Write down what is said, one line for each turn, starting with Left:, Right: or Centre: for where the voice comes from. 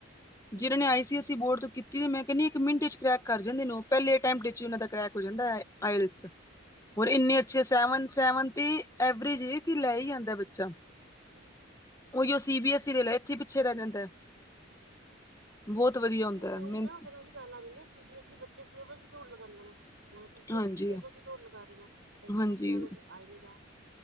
Right: ਨਾ
Left: ਜਿਹਨਾਂ ਨੇ ਆਈ ਸੀ। ਆਈ ਸੀ ਬੋਰਡ ਤੋਂ ਕੀਤੀ ਤੇ ਮੈਂ ਕਹਿੰਦੀ ਇੱਕ ਮਿੰਟ ਚ ਕਰ੍ਰੈਕ ਕਰ ਜਾਂਦੇ ਲੋਕ ਪਹਿਲੇ ਅ ਟੈਂਮਟ ਚ ਹੀ ਉਹਨਾਂ ਦਾ ਕਰੈਕ ਹੋ ਜਾਂਦਾ ਹੈ ਆਇਲਸ ਦਾ। ਹੋਰ ਇੰਨੇ ਅੱਛੇ ਸੈਵਨ ਸੈਵਨ ਟੀ ਐਵਰੇਜ ਕਿ ਲੈ ਹੀ ਆਂਦਾ ਬੱਚਾ।
Right: <unintelligible>
Left: ਉਹੀ ਸੀ ਬੀ ਐੱਸ ਈ ਲੈ ਇੱਥੇ ਪਿੱਛੇ ਰਹਿ ਜਾਂਦਾ ਹੈ। ਬਹੁਤ ਵਧੀਆ
Right: ਸੀ
Left: ਹੁੰਦਾ
Right: ਬੀ ਐਸ
Left: ਹੈ
Right: ਉਹੀ
Left: ਮਿਨ
Right: ਨਾ ਫਿਰ ਉਹੀ ਗੱਲ ਆ ਜਾਂਦੀ ਸੀ ਬੀ ਐਸ ਈ ਬੱਚੇ ਸਲੇਬਸ ਦੀ ਦੋੜ ਲਗਾਉਂਦੇ ਨੇ। ਓ ਟੀਚਰਸ
Left: ਹਾਂਜੀ
Right: ਵੀ ਸਿਲੇਬਸ ਦੀ ਦੋੜ ਲਗਾ ਰਹੇ ਨੇ ਲੇਕਿਨ
Left: ਹਾਂਜੀ
Right: ਬੱਚਿਆਂ ਨੂੰ ਆ ਨੀ ਰਿਹਾ।